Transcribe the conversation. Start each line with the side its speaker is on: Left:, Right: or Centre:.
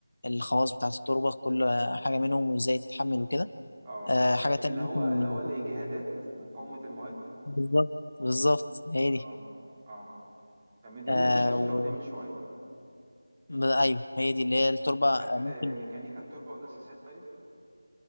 Left: الخواص بتاعة التربة كل آه، حاجة منهم وازاي تتحمل وكده
Right: اه
Left: آه، حاجة
Right: اللي
Left: تانية
Right: هو
Left: ممكن
Right: اللي هو الإجهادات ومقاومة المواد
Left: بالظبط بالظبط هي دي
Right: اه اه تمام دي
Left: آه،
Right: اللي انت شرحتها
Left: و...
Right: لي من شوية
Left: ب- ايوه هي دي اللي هي التربة
Right: خدت
Left: آه، ممكن
Right: ميكانيكا التربة والأساسات طيب؟